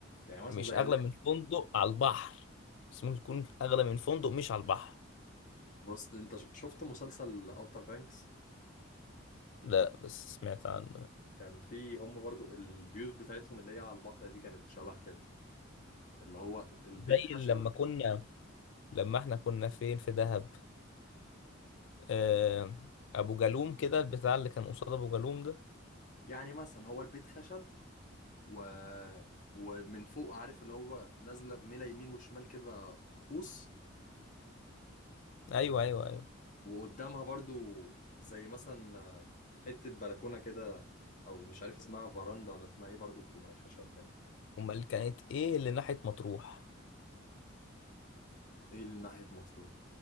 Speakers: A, on the left (about 40°); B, on the left (about 65°).
A: يعني مثلا
B: مش
A: زي
B: أغلى
A: اللي
B: من فندق على البحر بس ممكن يكون أغلى من فندق مش على البحر
A: بص انت ش- شفت مسلسل اوتر بانكس
B: لا بس سمعت عن
A: كان فيه هم برضو البيوت بتاعتهم اللي هي على البحر دي كانت شبه كده اللي هو البيت
B: زي
A: خشب
B: لما كنا لما احنا كنا فين في دهب آه... أبو جالوم كده البتاع اللي كان قصاد أبو جالوم ده
A: يعني مثلا هو البيت خشب و... ومن فوق عارف اللي هو نازلة بميلة يمين وشمال كده قوس
B: أيوه
A: و...
B: أيوه أيوه
A: وقدامها برضو زي مثلا آه، حتة بلكونة كده او مش عارف اسمها فراندا ولا اسمها ايه برضو بتبقى خشب كده
B: أمال كانت إيه اللي ناحية مطروح
A: ايه اللي ناحية مطروح